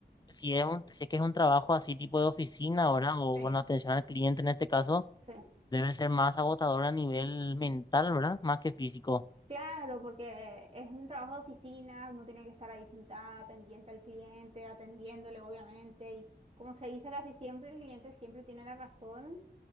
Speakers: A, on the left; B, on the right.
A: si es un, si es que es un trabajo así tipo de oficina, ¿verdad? O
B: Sí,
A: bueno, atención al cliente en este caso,
B: sí.
A: debe ser más agotador a nivel mental, ¿verdad? Más que físico.
B: Claro, porque es un trabajo de oficina, uno tiene que estar ahí sentada, pendiente al cliente, atendiéndole, obviamente, y como se dice casi siempre, el cliente siempre tiene la razón